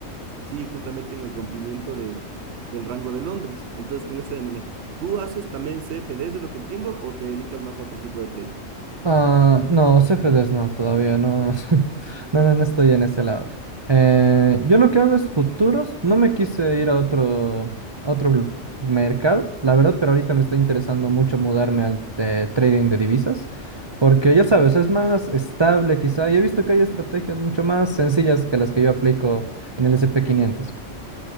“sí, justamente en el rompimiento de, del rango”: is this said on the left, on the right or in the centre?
Right